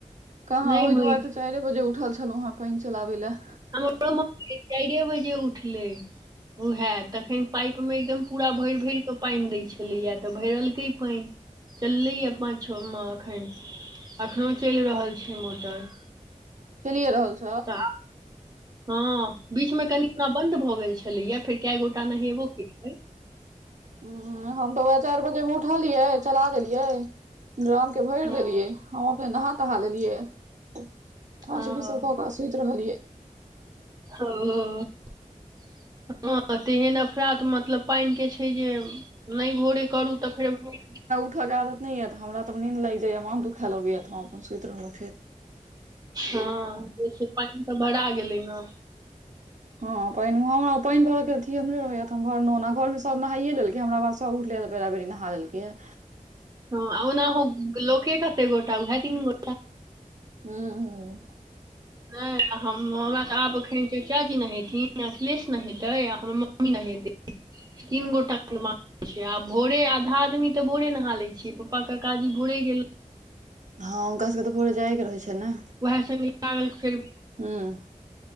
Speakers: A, on the right; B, on the right.
A: कहाँ
B: नहि
A: ओहि
B: होइ
A: दुआरे
B: छै
A: तऽ चारि बजे उठल छलहुँ हेँ पानि चलाबै लाए
B: हमरो माँ चारि बजे उठलै उएह तखन पाइपमे एकदम पूरा भरि-भरि कऽ पानि दैत छलैए, तऽ भरलकै पानि। चललैए, पाँच-छओमे एखन एखनो चलि रहल छै मोटर
A: चलिए राहल छै
B: तऽ हाँ बीचमे कनि ओना बंन्द भऽ गेल छलैय या फेर कए गोटा नहेबो केलकै
A: हूँ-ह हम तऽ उएह चारि बजेमे उठलियै चला देलियै राँ - के भरि
B: हँ
A: देलियै हम अपने नहा तहा लेलियै या
B: हँ
A: <unintelligible> सुति रहलियै
B: ह-ओ हाँ तऽ एहन अफरात मतलब पानिके छै जे नहि भोरे करू तऽ फेर भ-
A: उठिके आदत नहि या तऽ हमरा तऽ नींद लागि जाइया माथ दुखा लागै याऽ हम अपन सुति रहलहुँ फेर
B: हाँ जे से पानि तऽ बरा गेलै ने
A: हाँ पानि हमरा पानि भरऽ के अथी हमरे रहैय या त हम घरमे ओना घरमे सब नहायए लेलकै हमरा पास सब उठले तऽ प बेरा- बेरी नहा लेलकै या
B: हाँ ओनाहूँ लोके कते गोटा उहाए तीन गो
A: हूँ हूँ
B: नहि हम हमरा तऽ आब एखन चचाजी नहेथिन अखलेश नहेतै आ हमर माँ हम हीं नहैबे तीन गोटाके मात्र आब भोरे आधा आदमी तऽ भोरे नहा लैत छियै पप्पा काजी भोरे गेल
A: हँ हुनकासभके तऽ भोरे जायके रहै छै ने
B: वएह सब <unintelligible> लागल फेर
A: हुँ